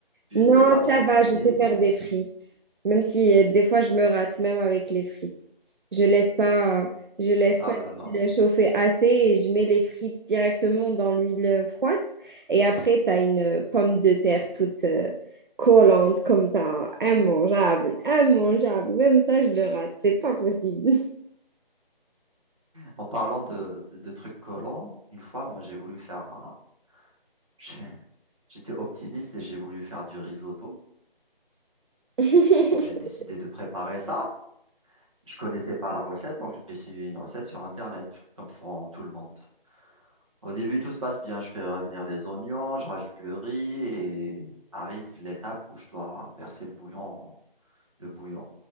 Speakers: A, on the right (about 35°); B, on the right (about 60°).
A: Tu
B: Non,
A: étais allé
B: ça
A: en
B: va,
A: cuisine.
B: je sais faire
A: non
B: des frites. Même si euh, des fois je me rate, même avec les frites. Je laisse pas, euh, je laisse
A: Ah
B: pas
A: là là.
B: l'huile chauffer assez et je mets les frites directement dans l'huile froide. Et après, tu as une euh, pomme de terre toute euh, collante comme ça, immangeable, immangeable. Même ça, je le rate, c'est pas possible.
A: En parlant de, de, de trucs collants, une fois, moi, j'ai voulu faire un- <laughs> j'ai- J'étais optimiste et j'ai voulu faire du risotto.
B: <laughs>
A: Donc, j'ai décidé de préparer ça. Je connaissais pas la recette, donc j'ai suivi une recette sur Internet, comme font tout le monde. Au début, tout se passe bien. Je fais revenir les oignons, je rajoute le riz et arrive l'étape où je dois verser le bouillon, le bouillon